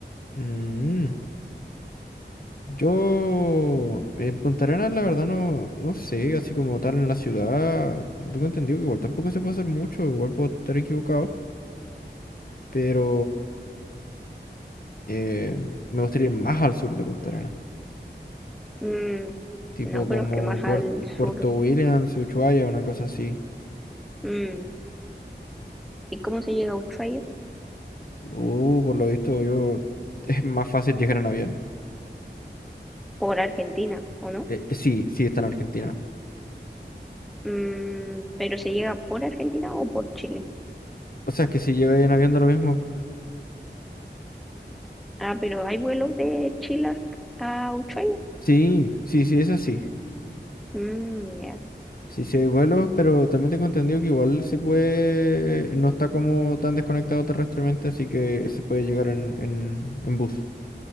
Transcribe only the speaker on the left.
Mm, yo en Punta Arenas, la verdad, no, no sé, así como tal en la ciudad, tengo entendido que igual tampoco se puede hacer mucho, igual puedo estar equivocado, pero eh, me gustaría ir más al sur de Punta Arenas,
tipo
como
Puer-
Puerto
Williams, Ushuaia, una cosa así.
Uh, por lo visto yo <laughs> es más fácil llegar en avión.
Eh, eh, sí, sí, está en Argentina.
O sea, es que si llega en avión da lo mismo.
Sí, sí, sí, es así.
Sí, sí hay vuelos, pero también tengo entendido que igual se puede, no está como tan desconectado terrestremente, así que se puede llegar en, en, en bus.